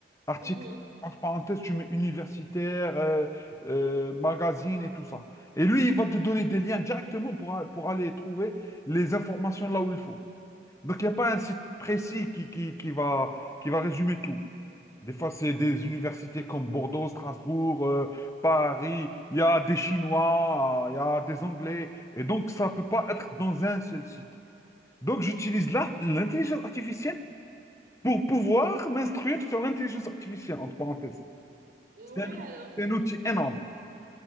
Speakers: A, on the left (about 15°); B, on the right (about 55°).
A: Articles,
B: Mhm.
A: entre parenthèses, tu mets universitaire, euh, euh, magazine et tout ça. Et lui, il va te donner des liens directement pour, a- pour aller trouver les informations là où il faut. Donc, il n'y a pas un site précis qui, qui, qui va, qui va résumer tout. Des fois, c'est des universités comme Bordeaux, Strasbourg, euh, Paris. Il y a des Chinois, euh, il y a des Anglais. Et donc, ça ne peut pas être dans un seul site. Donc, j'utilise l'art- l'intelligence artificielle pour pouvoir m'instruire sur l'intelligence artificielle, entre parenthèses.
B: Ouais,
A: C'est un, ou-
B: alors,
A: c'est un outil énorme.